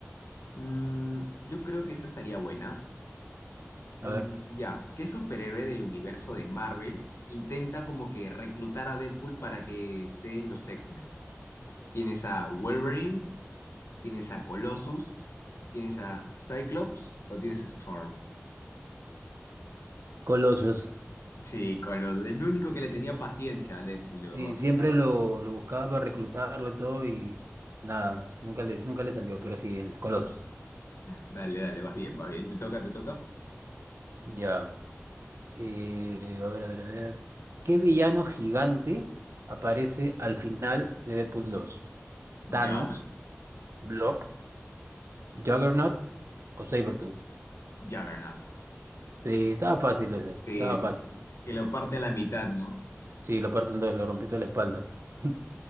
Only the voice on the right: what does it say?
A ver,
Colossus.
Sí, siempre lo, lo buscaba para reclutarlo todo y nada, nunca le, nunca le salió, pero sí, el Colossus.
Ya. Eh, a ver, a ver, a ver. ¿Qué villano gigante aparece al final de Deadpool dos ¿Thanos,
Blob, Juggernaut o Sabretooth?
Sí, estaba fácil esa
estaba
fácil.
Sí, lo parten dos, lo rompió toda la espalda. <laughs>